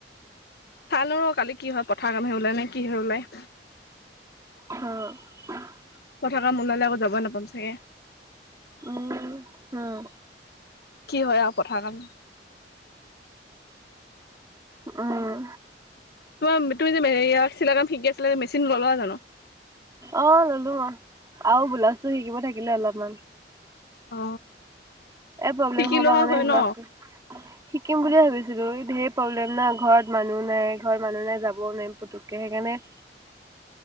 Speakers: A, on the left; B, on the right.
A: চালো ৰ কালি কি হয় পথাৰ কামে ওলাই নে কি হয় ওলায়।
B: অ'।
A: ক থকা মনলৈ আকৌ যাবই নাপাম চাগে।
B: উম। হম,
A: কি হয় আৰু পথাৰ খন
B: উম।
A: তোমাৰ তুমি যে এয়া চিলাই কাম শিকি আছিলা মেচিন ললা জানো?
B: অ' ললো আৰু বোলাওছো শিকিব থাকিলে অলপমান।
A: অ
B: এ' প্ৰব্লেম
A: শিকি
B: হব
A: লোৱা
B: মানে
A: হয়
B: এইবিলাক
A: ন
B: <unintelligible> শিকিম বুলিয়ে ভাবিছিলো ঢেৰ প্ৰব্লেম না ঘৰত মানুহ নাই ঘৰত মানুহ নাই যাবও নোৱাৰিম। পুতুকে সেইকাৰণে
A: <inaudible>